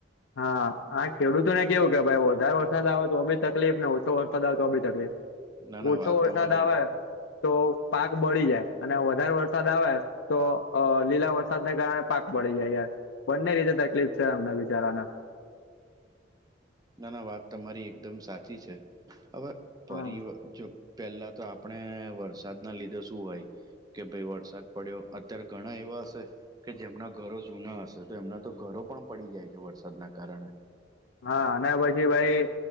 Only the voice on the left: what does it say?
હા હ ખેડૂતો ને કેવું કે ભાઈ વધારે વરસાદ આવે તો બી તકલીફ ને ઓછો વરસાદ આવે તો બી તકલીફ,
ઓછો
વરસાદ
આવે તો પાક બળી જાય અને વધારે વરસાદ આવે તો અ લીલા વરસાદને કારણે પાક પડી જાય યાર બંને રીતે તકલીફ થાય એમનેં બી, જરાના
હા
હા અને પછી ભાઈ